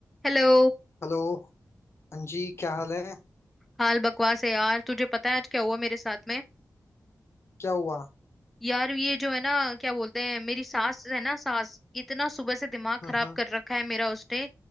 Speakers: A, in the centre; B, on the left.
A: Hello
B: Hello हाँ जी क्या हाल है
A: हाल बकवास है यार तुझे पता है आज क्या हुआ मेरे साथ में
B: क्या हुआ
A: यार ये जो है ना क्या बोलते हैं मेरी सास है ना सास इतना सुबह से दिमाग
B: हम्म
A: खराब
B: हम्म
A: कर रखा है मेरा उसने